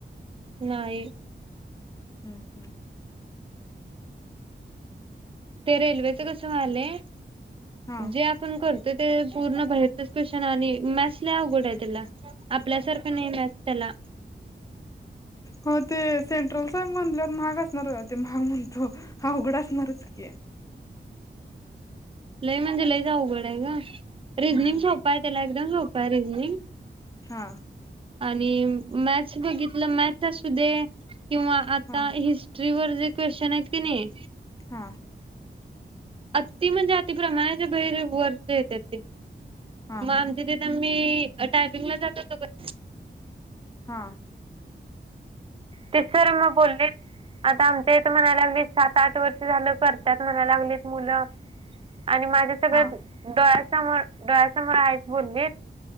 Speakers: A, on the right (about 30°); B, on the left (about 15°).
A: नाही.
B: हम्म हम्म
A: ते रेल्वेचं कसं व्हालंय.
B: हा
A: जे आपण कर- तर ते पूर्ण बाहेरचच क्वेशन आणि मॅथ्स ला अवघड आहे. त्याला आपल्यासारखं नाही मॅथ त्याला
B: हो ते सेंट्रलचा म्हणल्यावर महाग असणार ते महाग म्हणतो हा अवघड असणारच की
A: लय म्हणजे लयचं अवघड हाय ग रिजनिंग
B: हा
A: सोपं आहे त्याला एकदम सोपं आहे रिजनिंग
B: हा
A: आणि मॅथ्स बघितलं मॅ तसू दे किंवा आता
B: हा
A: हिस्ट्री वर जे क्वेशचन आहेत की नाही.
B: हा
A: अति म्हणजे अति प्रमाणात बाहेर वरचे येत ते.
B: हा
A: मग
B: हा
A: आमची तिथे मी टायपिंगला जात होतो.
B: हा
A: ते सर मग बोलली आता आमच्या इथ म्हणायला लागले सात आठ वर्ष झालं करतात म्हणाय लागली. मुलं आणि माझ्या सगळ्या
B: हा
A: डोळ्या समोर डोळ्यासमोर आहेच बोलले.